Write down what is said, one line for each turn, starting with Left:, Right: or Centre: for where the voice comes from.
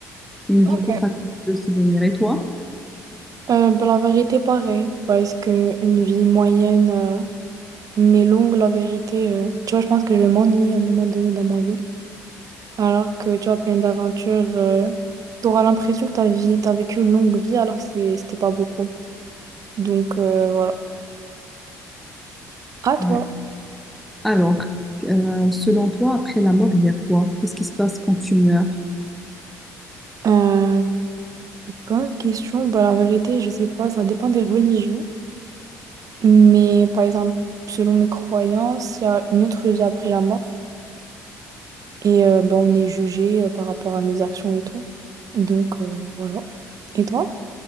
Centre: Une
Right: Ok.
Centre: vie courte avec de souvenirs. Et toi?
Right: Euh, ben, la vérité, pareil, parce que une vie moyenne euh, mais longue, la vérité, euh, tu vois, je pense que je vais m'ennuyer à un moment donné dans ma vie. Alors que tu as plein d'aventures, tu auras l'impression que ta vie, t'as vécu une longue vie alors que c'est- c'était pas beaucoup. Donc euh, voilà. À toi.
Centre: Ouais. Alors, euh, selon toi, après la mort, il y a quoi? Qu'est-ce qui se passe quand tu meurs?
Right: Euh, bonne question. Bah, la vérité, je sais pas, ça dépend des religions. Mais par exemple, selon mes croyances, il y a une autre vie après la mort. Et euh, bah, on est jugé euh, par rapport à nos actions et tout. Donc euh, voilà. Et toi?